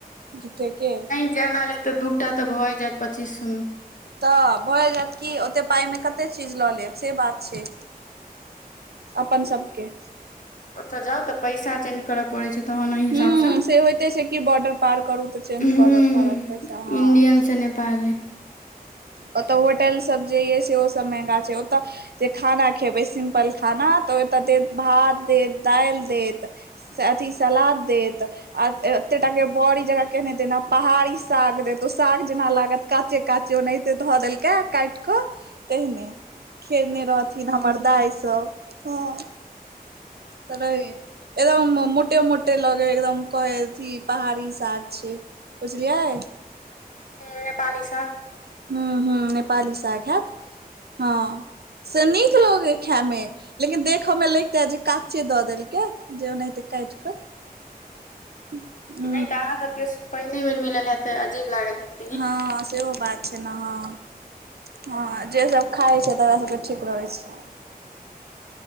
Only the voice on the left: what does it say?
जेना ले तऽ दू टा तऽ भए जायत पच्चीस सौ मे।
ओतऽ जाउ तऽ पैसा चेंज करब। परे छैय तहन ओइ हिसाब
सऽ
हुं
इन्डियन से नेपाल नेपाली
हुं नेपाली साग।
नहि तऽ अहां सब के पहिने बेर मिलल हेत त अजीब लागल हेत